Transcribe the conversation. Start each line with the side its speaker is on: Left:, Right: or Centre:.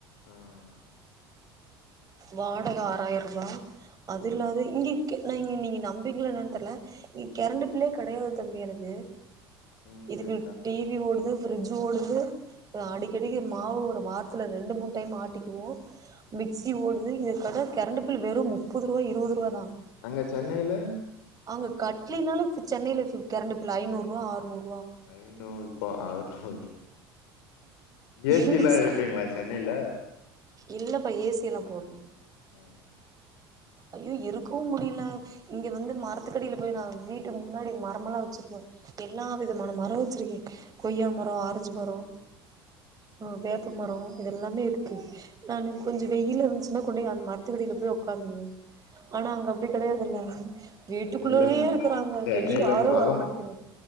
Left: ஆஹ்
Right: வாடகை ஆறாரூபா அது இல்லாது இங்க நா இங்க நீங்க நம்பீங்களே என்னன்னு தெரில இங்க கரண்டு பிள்ளே கெடையாது தம்பி எனக்கு
Left: இங்கயா
Right: இதுக்கு டிவி ஓடுது ஃப்ரிட்ஜு ஓடுது றா
Left: ம்
Right: அடிக்கடிக்கு மாவு ஒரு வாரத்துல ரெண்டு மூணு டைம் ஆட்டிக்குவோ மிக்ஸி ஓடுது இதுக்கட கெரண்டு ஃபில் வெறும் முப்பது ரூவா இருபது ரூவாதா
Left: அங்க சென்னையில
Right: அங்க கட்லினாலு சென்னையில ஃப்ப கரண்ட் பில்லு ஐநூறுவா ஆறுநூறு ரூவா
Left: ஐநூறுபா அறுநூறுபா ஏ
Right: இல்ல
Left: சி ல்லா இருக்குங்களா சென்னையில
Right: இல்லப்பா ஏ சி எல்லா போடல
Left: ஆஹ்
Right: ஐயோ இருக்கவு முடியல இங்க வந்து மரத்துக்கடியில போய் நா வீட்டுக்கு முன்னாடி மரமெல்லா வச்சிருக்க எல்லா விதமான மரொ வச்சிருக்கே கொய்யா மரொ ஆரஞ்சு மரொ ஆஹ் வேப்ப மரொ இதெல்லாமே இருக்கு நானு கொஞ்சொ வெயில் இருந்துச்சுன்னா கொண்டி அந்த மரத்துக்கடியில போய் உக்காந்துக்குவே ஆனா அங்க அப்படி கெடையாதுல்ல வீட்டுக்குள்ளயே
Left: சென்னையில
Right: இருக்கறாங்க
Left: சென்னையில
Right: வெளிய யாரு
Left: மரொம்
Right: வரமாட்டேக்கிறாங்க